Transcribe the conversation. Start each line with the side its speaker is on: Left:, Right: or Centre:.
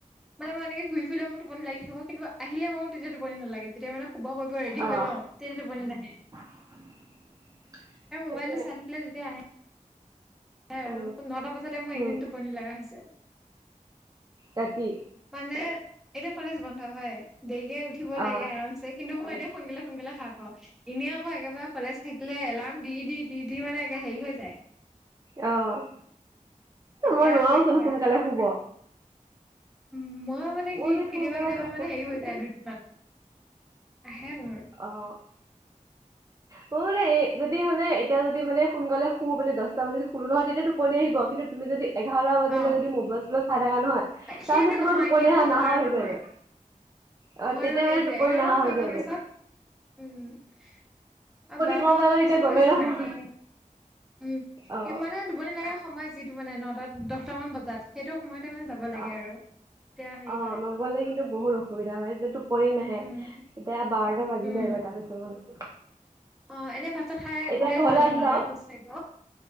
Centre: মানে মই এনেকে ঘূৰি ফুৰিলে মোৰ টোপনি লাগি থাকিব। কিন্তু আহিলে মৰো তেতিয়া টোপনি নালাগে। যেতিয়া মানে শুব কৰিব ৰেডী
Right: অ
Centre: হৈ লওঁ তেতিয়া টোপনি নাহে।
Right: <inaudible>
Centre: এই
Right: সেইটোৱে
Centre: মোবাইল টো চাই থাকিলে তেতিয়া আহে। আৰু
Right: উম
Centre: পোন্ধটা পাছতে মোৰ এইকেইদিন
Right: উম
Centre: টোপনি লাগা হৈছে।
Right: ৰাতি
Centre: মানে এতিয়া কলেজ বন্ধ হয় দেৰিকে উঠিব লাগে
Right: অ
Centre: আৰামছে কিন্তু মই এতিয়া সোনকালে সোনকালে সাৰ পাওঁ। এনেই আকৌ একেবাৰে কলেজ থাকিলে এলাৰ্ম দি দি দি দি মানে একে হেৰি হৈ যায়।
Right: অ'।
Centre: এতিয়া
Right: মই নোৱাৰো
Centre: আকৌ একেবাৰে
Right: চোন সোনকালে শুব।
Centre: উ ময়ো মানে
Right: মই
Centre: কি
Right: যে
Centre: কেতিয়াবা
Right: সোনকালে
Centre: কেতিয়াবা
Right: টোপনি
Centre: মানে হেৰি হৈ যায় দুদিনমান। আহে মোৰ
Right: অ'। অ বোলে এই যদি মানে এতিয়া যদি মানে সোনকালে শু বোলে দছটা বাজিত শুলো নহয় তেতিয়া টোপনি আহিব কিন্তু তুমি যদি এঘাৰটা বাজিলে
Centre: অ
Right: যদি মোবাইল চোবাইল চাই থাকা নহয়
Centre: সেইটো
Right: তাৰপিছত তোমাৰ
Centre: নহয়
Right: টোপনি
Centre: সেইটো
Right: হা
Centre: নোৱাৰো
Right: নাহা হৈ যাইগৈ।
Centre: ময়ো
Right: অ
Centre: মোৰো
Right: তেতিয়া
Centre: সেইটোয়ে
Right: মানে টোপনি
Centre: এঘাৰটামান
Right: নাহা হৈ
Centre: বজাৰ
Right: যায় গৈ।
Centre: পিছত উম আৰু বাৰটা
Right: ক'ৰ পৰা
Centre: বজাৰ
Right: গ'ল
Centre: পিছততো
Right: তেতিয়া গমেই
Centre: সেইটো
Right: নাপাওঁ।
Centre: নাহে। উম
Right: অ',
Centre: কি মানে টোপনি লগা সময় যিটো মানে নটা দহটা মান বজাত সেইটো সময়তে মানে যাব লাগে
Right: অ
Centre: আৰু তেতিয়া হেৰি
Right: অ
Centre: হয়
Right: নগলে কিন্তু বহুত অসুবিধা হয় যি পৰি নাহে
Centre: উম
Right: তেতিয়া বাৰটা বাজি
Centre: উম
Right: যায় গৈ তাৰপিছত মানে
Centre: অ এনে ভাত ভাত চাত খাই
Right: এতিয়া
Centre: ওলাই
Right: ঘৰলৈ
Centre: যোৱা নে
Right: আহিলা
Centre: নোযোৱা
Right: আৰু
Centre: খোজ কঢ়িব